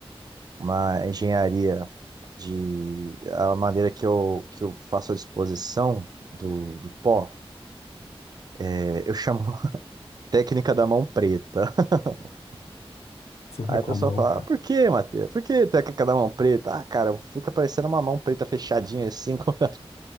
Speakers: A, on the right; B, on the left.
A: uma engenharia de a maneira que eu, que eu faço a disposição do, do pó, é, eu chamo <laughs> técnica da mão preta. <laughs>
B: você vai
A: Aí a
B: com
A: pessoa
B: a mão,
A: fala,
B: cara.
A: "Ah, por que, Matheus? Por que técnica da mão preta? Ah, cara, fica parecendo uma mão preta fechadinha assim. <laughs> como-